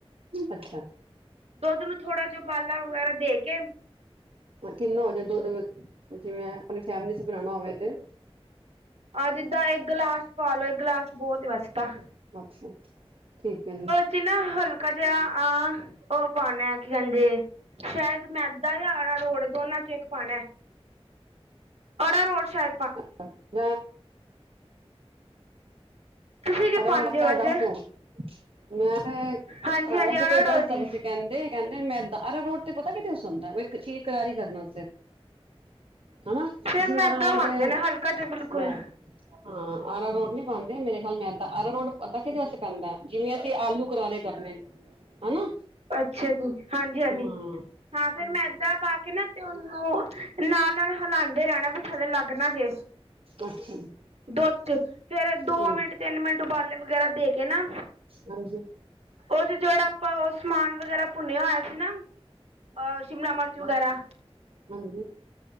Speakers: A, on the right; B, on the right.
A: ਅੱਛਾ।
B: ਦੋਧ ਨੂੰ ਥੋੜਾ ਜਾ ਉਬਾਲਾ ਵਗੈਰਾ ਦੇ ਕੇ
A: ਕਿੰਨਾ ਹੋ ਜੇ ਦੂਧ? ਜਿਵੇਂ ਅਪਣੀ ਫੈਮਿਲੀ ਆਸੇ ਬਣਾਣਾ ਹੋਵੇ ਤੇ?
B: ਆਹ ਜਿੱਦਾਂ ਇੱਕ ਗਿਲਾਸ ਪਾਲੋ, ਇੱਕ ਗਿਲਾਸ ਬਹੋਤ ਏ ਵੈਸੇ ਤਾਂ।
A: ਅੱਛਾ, ਠੀਕ ਹੈ ਜੀ।
B: ਕਿੰਨਾ ਹਲਕਾ ਜੇਆ, ਆਹ ਉਹ ਪਾਣਾ ਏ, ਕੀ ਕੇਂਦੇ? ਸ਼ੈਦ ਮੈਦਾ ਯਾ ਅਰਾ ਰੋੜ, ਦੋਨਾਂ ਚੋ ਇੱਕ ਪਾਣਾ ਏ। ਅਰਾ ਰੋੜ ਸ਼ੈ
A: <inaudible> <unintelligible>
B: ਤੁਸੀਂ ਕੀ
A: ਰੜਕਾ
B: ਪਾਉਂਦੇ ਹੋ ਵੈਸੇ
A: ਹੈ ਦੱਸ ਦੋ? ਮੈਂ ਤੇ
B: ਹਾਂਜੀ
A: ਖਾਇਆ
B: ਹਾਂਜੀ
A: ਸੀ,
B: ਅਰਾਰੋਟ
A: ਕੋਈ ਦੱਸ
B: ਦੀ
A: ਵਜੇ ਕਹਿੰਦੇ ਕੈਂਦੇ ਏ ਮੈਦਾ, ਅਰਾ ਰੋਟ ਤੇ ਪਤਾ ਕਿਦੇ ਵਸਤੇ ਹੁੰਦਾ ਏ? ਵਈ ਕਿ ਚੀਜ਼ ਕਰਾਰੀ ਕਰਨ ਆਸਤੇ। ਹਨਾ,
B: ਫਿਰ
A: ਜਿਵੇਂ
B: ਮੈਦਾ
A: ਆਰਾ ਰੋੜ
B: ਪਾਉਂਦੇ
A: ਦੇ
B: ਨੇ ਹਲਕਾ ਜਿਹਾ ਬਿਲਕੁਲ
A: ਮੈਂ, ਹਾਂ ਅਰਾ ਰੋੜ ਨੀ ਪਾਂਦੇ ਮੇਰੇ ਖਯਾਲ ਮੈਦਾ, ਅਰਾ ਰੋਟ ਪਤਾ ਕਿਹਦੇ ਵਾਸੇ ਪੈਂਦਾ ਏ? ਜਿਵੇਂ ਅਸੀਂ ਆਲੂ ਕਰਾਰੇ ਕਰਨੇ ਨੇ ਹਨਾ
B: ਅੱਛਾ ਜੀ, ਹਾਂਜੀ-ਹਾਂਜੀ,
A: ਹਾਂ
B: ਹਾਂ ਫੇਰ ਮੈਦਾ ਪਾ ਕੇ ਨਾ ਤੇ ਔਨੂੰ ਨਾਲ-ਨਾਲ ਹਲਾੰਦੇ ਰੈਣਾ ਵੀ ਥੱਲੇ ਲੱਗ ਨਾ ਜੇ।
A: ਅੱਛਾ।
B: ਦੁੱਧ ਚ ਫੇਰ ਦੋ
A: ਹਾਂਜੀ
B: ਮਿੰਟ, ਤਿੰਨ ਮਿੰਟ, ਉਬਾਲੇ ਵਗੈਰਾ ਦੇ ਕੇ ਨਾ
A: ਹਾਂਜੀ ਹਾਂਜੀ
B: ਔਦੇ ਚ ਜਿਹੜਾ ਆਪਾਂ ਓਹ ਸਮਾਨ ਵਗੈਰਾ ਭੁੰਨਿਆ ਹੋ ਚੀ ਨਾ ਅ ਸ਼ਿਮਲਾ ਮਿਰਚ ਵਗੈਰਾ।
A: ਹਾਂਜੀ।